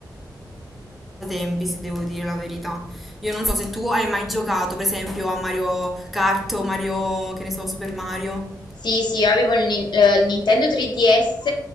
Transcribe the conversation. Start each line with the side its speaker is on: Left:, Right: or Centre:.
Centre: passatempi, se devo dire la verità. Io non so se tu hai mai giocato, per esempio, a Mario Kart o Mario, che ne so, Super Mario.
Left: Sì, sì, io avevo il, Nin- eh, il Nintendo 3DS